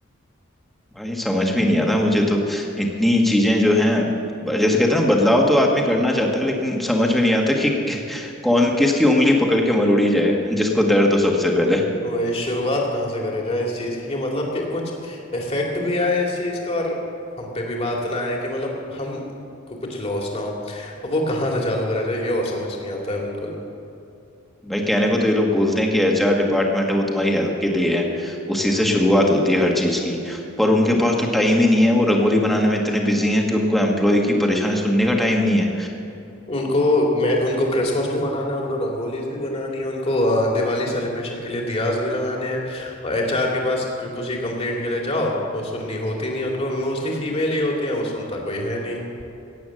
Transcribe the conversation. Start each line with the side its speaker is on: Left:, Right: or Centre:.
Centre: भाई समझ में नहीं आता मुझे तो इतनी चीजें जो हैं ब- जैसे कहते हैं ना बदलाव तो आदमी करना चाहता है लेकिन समझ में नहीं आता कि <laughs> कि- कौन किसकी उंगली पकड़ के मरोड़ी जाए जिसको दर्द हो सबसे पहले
Left: वही शुरुआत कहाँ से करे जाए इस चीज की कि मतलब कि कुछ इफेक्ट भी आए इस चीज का और हम पे भी बात ना आए कि मतलब हम को कुछ लॉस ना हो अब वो कहाँ से चालू करा जाए ये और समझ नहीं आता है बिल्कुल
Centre: भाई कहने को तो ये लोग बोलते हैं कि एचआर डिपार्टमेंट है वो तुम्हारी हेल्प के लिए है उसी से शुरुआत होती है हर चीज की पर उनके पास तो टाइम ही नहीं है वो रंगोली बनाने में इतने बिजी हैं कि उनको एम्प्लॉय की परेशानी सुनने का टाइम नहीं है
Left: उनको मैं उनको क्रिसमस भी बनाना है उनको रंगोलीज भी बनानी है उनको अ, दिवाली सेलिब्रेशन के लिए दियाज भी लगाने हैं और एचआर के पास क- कुछ ही कंप्लेंट के लिए जाओ तो वो सुननी होती नहीं है उनको मोस्टली फीमेल ही होती हैं वो सुनता कोई है नहीं